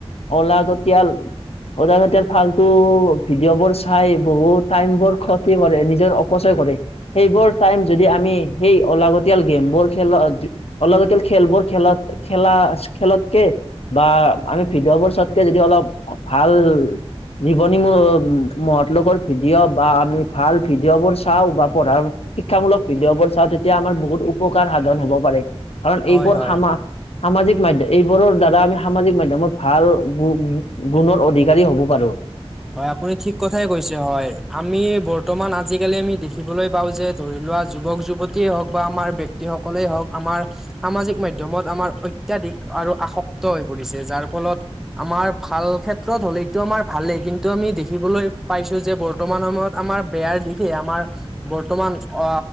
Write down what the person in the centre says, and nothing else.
হয়
হয়
হয় আপুনি ঠিক কথাই কৈছে হয়। আমি বৰ্তমান আজিকালি আমি দেখিবলৈ পাওঁ যে ধৰি লোৱা যুৱক যুৱতীয়ে হওঁক বা আমাৰ ব্যেক তি সকলেই হওঁক আমাৰ সামাজিক মাধ্যমত আমাৰ অত্যাধিক আৰু আসক্ত হৈ পৰিছে যাৰ ফলত আমাৰ ভাল ক্ষেত্ৰত হ'লেইটো আমাৰ ভালেই কিন টো আমি দেখিবলৈ পাইছোঁ যে বৰ্তমান সময়ত আমাৰ বেয়াৰ দিশে আমাৰ বৰ্তমান অ', আ